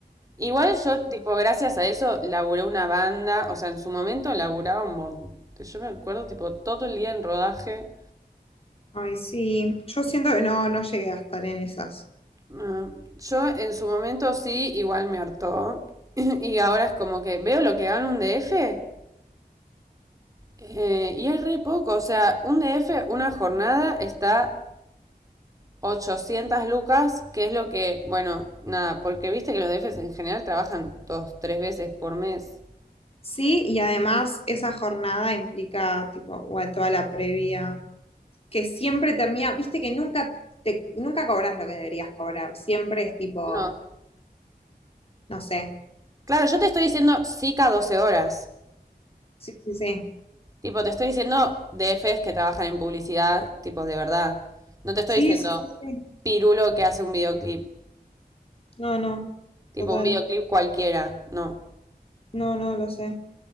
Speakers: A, on the right; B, on the left.
A: Igual yo, tipo, gracias a eso, laburé una banda, o sea, en su momento laburaba un montón. Yo me acuerdo, tipo, todo el día en rodaje.
B: Ay, sí. Yo siento que no, no llegué a estar en esas.
A: Ah, Yo en su momento sí, igual me hartó. <clears throat> <laughs> Y ahora es como que veo lo que gana un DF eh, y es re poco, o sea, un DF, una jornada está 800 lucas, que es lo que, bueno, nada, porque viste que los DFs en general trabajan dos, tres veces por mes.
B: Sí, y además esa jornada implica, tipo, bueno, toda la previa, que siempre termina, viste que nunca te, nunca cobras lo que deberías cobrar, siempre es tipo,
A: No.
B: no sé.
A: Claro, yo te estoy diciendo SICA 12 horas.
B: Sí, sí, sí.
A: Tipo, te estoy diciendo DFs que trabajan en publicidad, tipo, de verdad. No te estoy
B: Sí,
A: diciendo
B: sí, sí, sí.
A: pirulo que hace un videoclip.
B: No, no,
A: Tipo,
B: total.
A: un videoclip cualquiera. No.
B: No, no, lo sé.